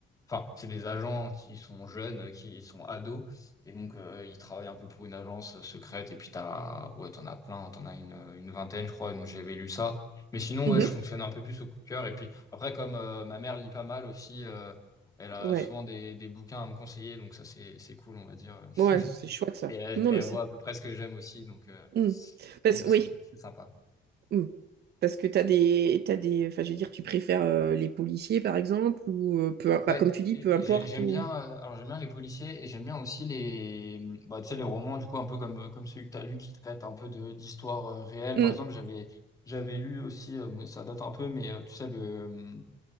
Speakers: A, on the left; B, on the right.
A: Enfin, c'est des agents qui sont jeunes, qui sont ados, et donc euh, ils travaillent un peu pour une agence secrète. Et puis t'as, ouais, t'en as plein, t'en as une, une vingtaine, je crois. Et Donc j'avais lu ça. Mais sinon,
B: Mhm.
A: ouais, je fonctionne un peu plus au coup de cœur. Et puis après, comme euh, ma mère lit pas mal aussi, euh, elle a
B: Ouais,
A: souvent des, des bouquins à me conseiller, donc ça c'est c'est cool, on va dire. euh.
B: ouais, c'est chouette ça.
A: Et elle,
B: Non,
A: et
B: mais
A: elle
B: c'est.
A: voit à peu près ce que j'aime aussi, donc euh,
B: Mm. Parce,
A: donc
B: oui,
A: c'est c'est sympa.
B: Mm. Parce que t'as des, t'as des, enfin, je veux dire, tu préfères euh, les policiers par exemple ou euh, peu, im-
A: Ouais,
B: bah, comme tu dis,
A: et
B: peu
A: ben,
B: importe
A: j'ai- j'aime
B: ou.
A: bien. euh, alors j'aime bien les policiers et j'aime bien aussi les, bah, tu sais, les romans du coup un peu comme euh, comme celui que t'as lu qui traite un peu de d'histoire euh, réelle.
B: Mm.
A: Par exemple, j'avais j'avais lu aussi, euh, mais ça date un peu, mais euh, tu sais le euh,